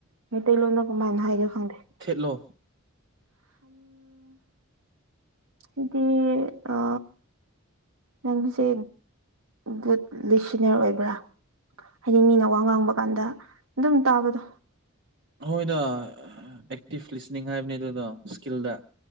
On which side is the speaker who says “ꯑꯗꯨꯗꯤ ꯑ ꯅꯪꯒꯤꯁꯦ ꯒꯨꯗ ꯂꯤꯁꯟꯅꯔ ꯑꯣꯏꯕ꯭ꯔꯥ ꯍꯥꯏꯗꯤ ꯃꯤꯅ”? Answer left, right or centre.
Right